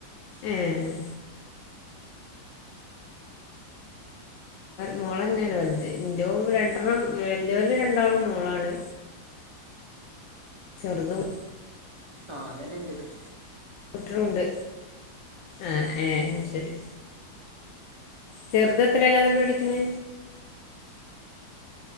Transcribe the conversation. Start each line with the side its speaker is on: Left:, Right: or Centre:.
Left: ഏഹ് മോളന്നേണ് വല്ത് ഇന്റതും രണ്ടെണ്ണം വല്യോല് രണ്ടാളും മോളാണ് ചെറുതും
Right: ആഹ് അതന്നെ ഇന്റതും
Left: കൂട്ടികളുണ്ട് ആഹ് ഏഹ് ശെരി ചെറുതെത്രയിലാന്നിട്ട് പഠിക്കണെ